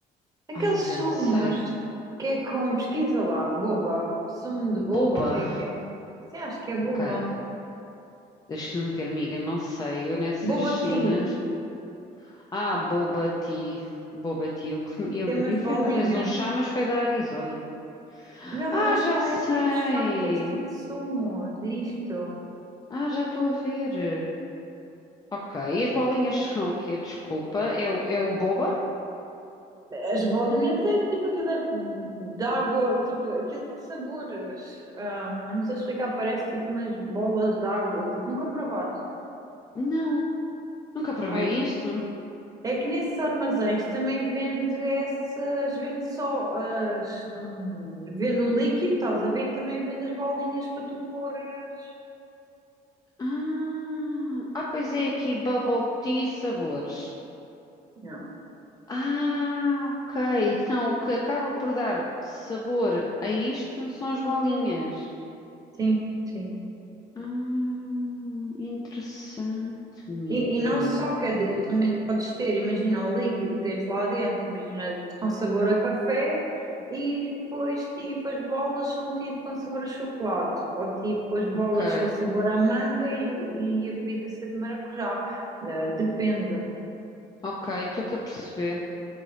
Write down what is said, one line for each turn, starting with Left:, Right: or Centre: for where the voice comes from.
Right: aqueles
Left: Ai, amiga,
Right: sumos,
Left: não sei.
Right: que é com, pesquisa lá, boba, sumo de boba,
Left: Boba.
Right: o que é que é? Sim, acho que é boba.
Left: Ok. Deixa-me ver, amiga. Não sei. Eu nessas
Right: Boba
Left: cenas.
Right: tea,
Left: Ah, Boba Tea. Boba Tea. Eu, comi- eu
Right: tem
Left: bebi
Right: umas bolinhas.
Left: foi uma vez um chá, mas foi da Arizona.
Right: Não,
Left: Ah,
Right: mas isto
Left: já
Right: não
Left: sei.
Right: é tipo chá, é tipo sumos disto.
Left: Ah, já estou a ver. Ok, e as bolinhas são o quê? Desculpa, é o, é o boba?
Right: As bolinhas é tipo aquilo é de água, tipo, aquilo tem sabores. Ah, não sei explicar, parece tipo umas bolas de água, tipo, nunca provaste.
Left: Não, nunca provei
Right: Ai,
Left: isto.
Right: é que nesses armazéns também vende essas, vende só as, hum, vende o líquido, estás a ver? E também vende as bolinhas para tu pôres.
Left: Ah, ah, pois é aqui bubble tea sabores.
Right: Não,
Left: Ah, ok, então o que acaba por dar sabor a isto são as bolinhas.
Right: sim, sim.
Left: Ah, interessante, Mica.
Right: E, e não só, quer dizer, também podes ter, imagina o líquido que tens lá dentro, imagina com sabor a café, e depois tipo as bolas são tipo com sabor a chocolate, ou tipo as bolas
Left: Ok,
Right: com sabor a manga e, o- e a bebida ser de maracujá. Eh, depende.
Left: ok, estou-te a perceber.